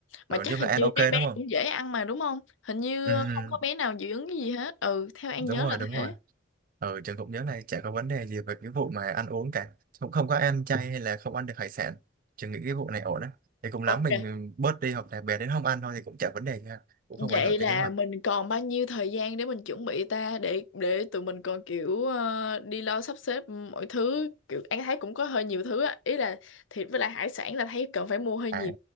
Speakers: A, on the right; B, on the left.
A: Ừ,
B: Mà chắc
A: nói chung
B: hình
A: là An
B: như
A: ok
B: mấy bé
A: đúng không?
B: cũng dễ ăn mà đúng không? Hình như
A: Ừ. ừ.
B: không có bé nào dị ứng cái gì hết. Ừ, theo em
A: đúng
B: nhớ
A: rồi
B: là
A: đúng
B: thế.
A: rồi ừ trường cũng nhớ này chả có vấn đề gì về cái vụ mà ăn uống cả cũng không có ăn chay hay là không ăn được hải sản trường nghĩ cái vụ này ổn á thì cũng lắm
B: Ok.
A: mình bớt đi hoặc là bé đến không ăn thôi thì cũng chả vấn đề gì ha cũng không
B: Vậy
A: ảnh hưởng
B: là
A: tới kế hoạch
B: mình còn bao nhiêu thời gian để mình chuẩn bị ta để để tụi mình còn kiểu ờ, đi lo sắp xếp mọi thứ kiểu em thấy cũng có hơi nhiều thứ á ý là thịt với lại hải sản là thấy cần phải mua hơi
A: à
B: nhiều